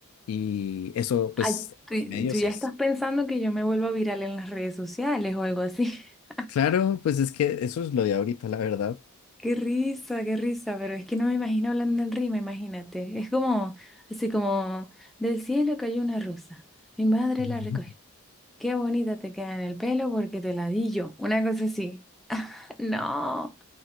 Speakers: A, on the left; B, in the centre.
A: y eso pues
B: Ay,
A: en
B: tú,
A: los medios
B: tú ya
A: es
B: estás pensando que yo me vuelva viral en las redes sociales o algo así. <laughs>
A: Claro, pues es que eso es lo de ahorita, la verdad.
B: Qué risa, qué risa, pero es que no me imagino hablando en rima, imagínate. Es como, así como, del cielo cayó una rosa. Mi madre
A: <laughs>
B: la recogió. Qué bonita te queda en el pelo porque te la di yo. Una cosa así. <laughs> No,